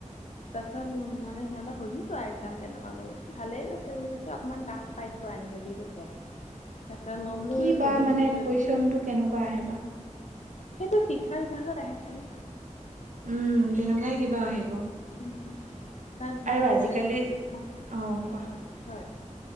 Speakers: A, on the left; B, on the right.
A: তাৰ পাছত মানে সিহঁতক সুধিছো আও একজাম কেনেকুৱা গ'লো, ভালেই গৈছে বুলি কৈছে অকণমান টাফ - পাইছোৱা এনেকে বুলি কৈছে আও। তাৰ পিছত, মই বোলো
B: কি
A: এই
B: বা
A: সুধি
B: মানে
A: গুচি লৈছ
B: কুৱেশচনটো কেনেকুৱা আহে বা
A: সেইটো শিক্ষা বিভাগত আহে চাগে!
B: উম, তেনেকুৱাই কিবা আহিব।
A: উম উম, কাৰণ সেইটো
B: আৰু আজিকালি
A: <unintelligible>
B: অ
A: বুলি
B: কোৱা
A: কোৱাত হয়